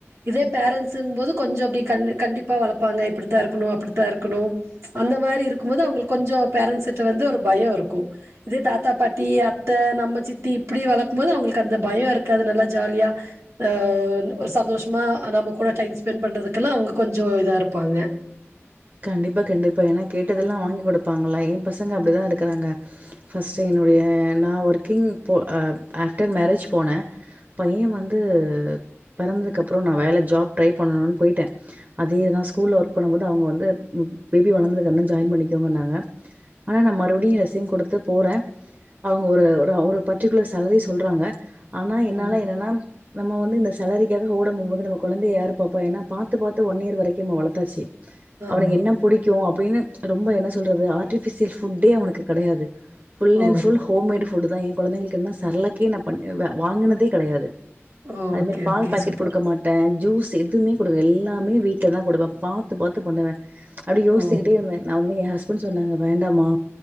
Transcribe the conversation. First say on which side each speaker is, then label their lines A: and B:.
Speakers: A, on the right; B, on the right.
A: இதே பேரண்டட்ஸுங்கும் போது கொஞ்சோ அப்டி கண்டிப்பா வளப்பாங்க இப்டித்தா இருக்கணு அப்டித்தா இருக்கணு அந்த மாரி இருக்குபோது அவுங்களுக்கு கொஞ்சோ பேரண்டட்ஸ்கிட்ட வந்து ஒரு பயோ இருக்கு இதே தாத்தா பாட்டி அத்த நம்ம சித்தி இப்டி வளர்க்கு போது அவுங்களுக்கு அந்த பயோ இருக்காது நல்லா ஜாலியா ஆ ஒரு சந்தோஷமா நம்ம கூட டைம் ஸ்பெண்ட் பண்றதுக்கெல்லா அவுங்க கொஞ்சோ இதா இருப்பாங்க
B: கண்டிப்பா கண்டிப்பா ஏனா கேட்டதெல்லா வாங்கி கொடுப்பாங்களா எ பசங்க அப்டிதா இருக்கிறாங்க ஃபர்ஸ்ட்டு என்னுடைய நா ஒர்க்கிங் போ அ ஆஃப்டர் மேரேஜ் போன பைய வந்து பிறந்ததுக்கப்புறோ நா வேல ஜாப் ட்ரை பண்ணணும்னு போயிட்டே அதேதா ஸ்கூல்ல ஒர்க் பண்ணு போது அவுங்க வந்து பேபி வளர்ந்ததுக்குன்ன ஜாயின் பண்ணிக்கோங்க இன்னாங்க ஆனா நா மறுபடியு ரெசியும் கொடுத்து போறே அவுங்க ஒரு ஒரு பர்ட்டிகுலர் சலரி சொல்றாங்க ஆனா என்னால
A: ம்.
B: என்னன்னா நம்ம வந்து இந்த சலரிக்காக ஓடும் பும் போது நம்ம குழந்தைய யாரு பாப்பா ஏன்னா பாத்து பாத்து ஒன் இயர் வரைக்கு நம்ம வளர்த்தாச்சு
A: ஆமா.
B: அவனுக்கு என்ன பிடிக்கு அப்டின்னு ரொம்ப என்ன சொல்றது ஆர்ட்டிஃபிஷியல் ஃபுட்டே அவனுக்கு கிடையாது Full
A: ஓ!
B: and full homemade food தா எ குழந்தைங்களுக்கு என்ன சரளக்கே பண்ண அ வாங்கினதே கிடையாது
A: ஓகே,
B: அது மாரி பால்
A: ஓகே.
B: Packet
A: super.
B: கொடுக்க மாட் டே ஜூஸ் எதுவுமே கொடுக்க எல்லாமே வீட்டில் தா கொடுப்பே பாத்து பாத்து பண்ணுவே அப்டி யோச்சிக்கிட்டே
A: ஓ!
B: இருந்தே நா வந்து எ ஹஸ்பண்ட் சொன்னாங்க வேண்டாமா